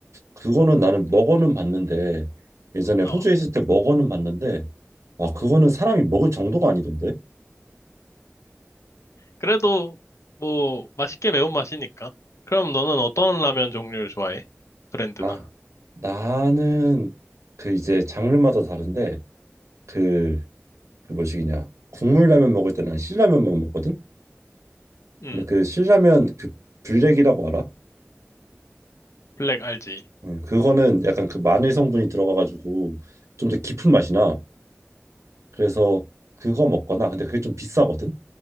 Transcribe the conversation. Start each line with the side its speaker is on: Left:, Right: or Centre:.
Right: 그거는 나는 먹어는 봤는데 예전에
Left: 어.
Right: 호주에 있을 때 먹어는 봤는데 와 그거는 사람이 먹을 정도가 아니던데
Left: 그래도 뭐 맛있게 매운맛이니까. 그럼 너는 어떤 라면 종류를 좋아해? 브랜드나?
Right: 아 나는 그 이제 장르마다 다른데 그 그 뭐시기냐 국물 라면 먹을 때 난 신라면만 먹거든
Left: 음,
Right: 근데 그 신라면 그 블랙이라고 알아?
Left: 블랙 알지?
Right: 음, 그거는 약간 그 마늘 성분이 들어가가지고 좀 더 깊은 맛이 나 그래서 그거 먹거나 근데 그게 좀 비싸거든